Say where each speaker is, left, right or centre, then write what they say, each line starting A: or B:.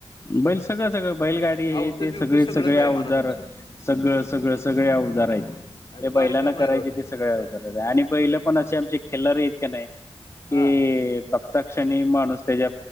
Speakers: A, on the left (about 25°); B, on the left (about 50°).
A: बैल सगळं सगळं बैलगाडी हे
B: अवतं-बिवतं
A: ते सगळे
B: सगळंच
A: सगळे
B: आहे
A: अवजार.
B: म्हणा तुमचं.
A: सगळं सगळं सगळे अवजार आहेत.
B: आयला
A: हे
B: भारी
A: बैलांना
B: काम
A: करायचे
B: आहे राव तुमचं.
A: ते सगळ्या अवजार आणि बैलं पण असे आमचे खेलार आहेत का नाही. कि
B: हां.
A: बघता क्षणी माणूस त्याच्या